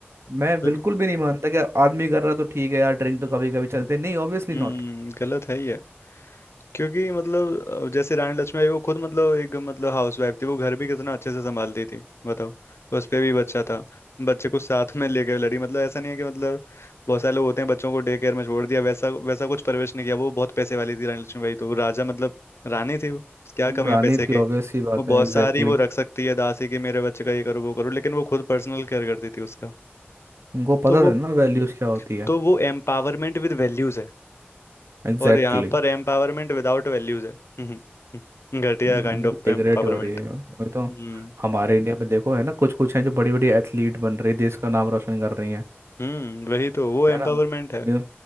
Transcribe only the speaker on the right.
मैं
बिल्कुल भी नहीं मानता कि आदमी कर रहा तो ठीक है यार ड्रिंक
तो कभी कभी चलते नहीं ऑब्वियसली
नॉट
रानी
थी
ऑब्वियस सी बात
है एग्जैक्टली
exactly.
उनको पता
था
ना वैल्यूज क्या होती है
एग्जैक्टली
वैल्यू
तो डिग्रेड
हो रही है वही तो
हमारे इंडिया में देखो है ना कुछ कुछ हैं जो बड़ी बड़ी एथलीट बन रही है देश का नाम रोशन कर रही हैं
है ना
जो-